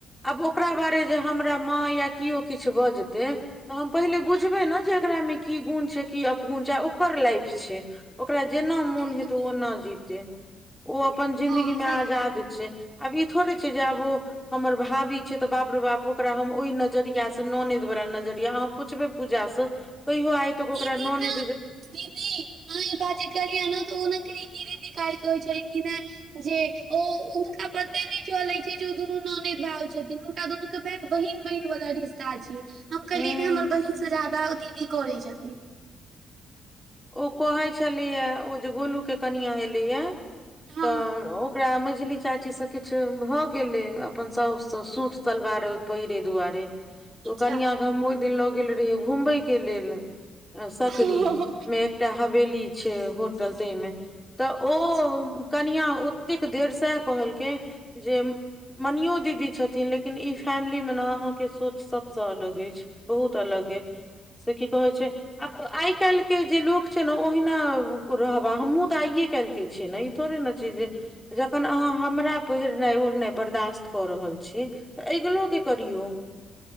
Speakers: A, in the centre; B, on the right (about 55°).
A: आब ओकरा बारे जे हमरा माँ या कियो किछ बजतै। तऽ हम पहिले बुझबै
B: हँ
A: न जे एकरा में की गुण छै, की अपगुण छै, ओकर लाइफ छै। ओकरा जेन्ना मोन
B: बिलकुल
A: हेतौव
B: सही
A: ओन्ना जीतै, ओ अपन जिन्दगी
B: हँ सही
A: में आजाद छै। आब ई थोड़े छै जे आब ओ हमर भाभी छै तऽ बाप रे बाप ओकरा हम ओय नजरियास स, ननैद बला नजरिया अहाँ पुछबै पूजा स कहियो आइ तक ओकरा
B: ई दिन
A: ननै
B: ने दीदी अहां इ काज जे केलिए न त ओ न कृति दीदी काइल कहै छैलखीन हे जे ओ हुनका पते नै चलै छै जे ओ दुनू ननैद भाव छेथिन। हुनका दुनू के बहिन बहिन बला रीस ता छै। हम कहलियै
A: हूँ
B: ने हमर बहिनसँ जादा ओ दीदी करै छथिन।
A: ओ कहे छलेया ओ जे गोलू के कनिया एले या
B: हँ
A: तऽ ओकरा मैझली चाचीसँ किछ भ गेलै, अपन साउस स सूट सलवार पैहरैय दुआरे।
B: अच्छा
A: ओ कनियाँ क हम ओय दिन लऽ गेल रहियै घूमबयके लेल, सकरी
B: अच्छा
A: मे एकटा हवेली छै, होटल तै मे। तऽ ओ
B: हाँ,
A: कनियाँ ओतेक देर सेह कहलकै, जे मनियो दीदी छथिन लेकिन ई फैमिली मे न अहाँके सोच सबसँ अलग ऐच्छ। बहुत अलग ऐय। से की कहै छै आ आइ काइल्ह के जे लोक छै न ओहिना रहबा, हमहूँ तऽ आइए काइल्ह के छियै ने, ई थोड़े ने छै जे जखन अहाँ हमरा पहिरनैय ओढ़नाय बर्दाश्त कऽ रहल छी। तऽ ऐगलो के करियौ।